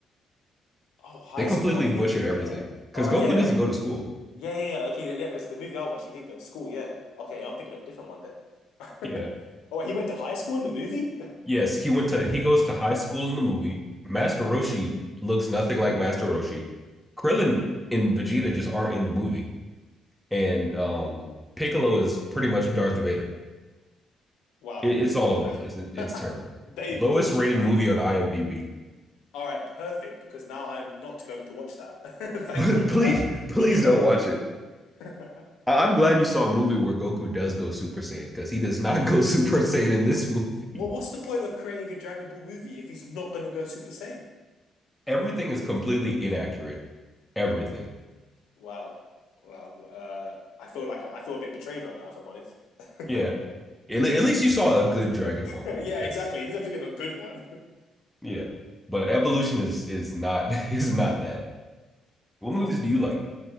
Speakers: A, on the left; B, in the centre.
A: Oh, high
B: They completely
A: school. Okay.
B: butchered
A: Yeah.
B: everything cuz
A: All right.
B: Goku
A: Yeah.
B: doesn't go to school.
A: Yeah, yeah, yeah. Okay, yeah, because the movie I watched, he didn't go to school. Yeah. Okay, I'm thinking of a different one then. <laughs>
B: Yeah.
A: Oh, wait, he went to high school in the movie? <laughs>
B: Yes, he went to he goes to high school in the movie. Master Roshi looks nothing like Master Roshi. Krillin and Vegeta just aren't in the movie, and um, Piccolo is pretty much Darth Vader.
A: Wow.
B: It, it's all over
A: <laughs>
B: the place. It, it's terrible.
A: They
B: Lowest
A: butchered
B: rated
A: that.
B: movie on IMDb.
A: All right, perfect, because now I'm not going to watch that. <laughs> Thank
B: <laughs>
A: you for
B: Please,
A: that. <laughs>
B: please
A: Yeah.
B: don't watch it.
A: <laughs>
B: I- I'm glad you saw a movie where Goku does go Super Saiyan because he does not <laughs> go Super Saiyan in this movie.
A: Well, what's the point of creating a Dragon Ball movie if he's not going to go Super Saiyan?
B: Everything is completely inaccurate. Everything.
A: Wow. Wow. Uh, I feel like I I feel a bit betrayed right now, if I'm honest. <laughs>
B: Yeah. At, le- at least you saw a good Dragon Ball
A: Yeah,
B: movie because
A: exactly. He doesn't think of a good one.
B: Yeah. But Evolution is is not <laughs> is not that.
A: <laughs>
B: What movies
A: Oh,
B: do you like?